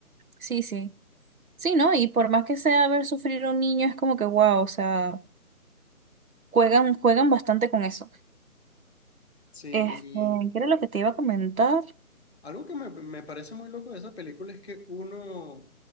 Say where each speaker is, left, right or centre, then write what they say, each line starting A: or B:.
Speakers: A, on the right; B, in the centre.
A: sí, sí. Sí, ¿no? Y por más que sea ver sufrir a un niño, es como que wow, o sea, juegan, juegan bastante con eso.
B: Sí, y
A: Este, ¿qué era lo que te iba a comentar?
B: algo que me, me parece muy loco de esa película es que uno,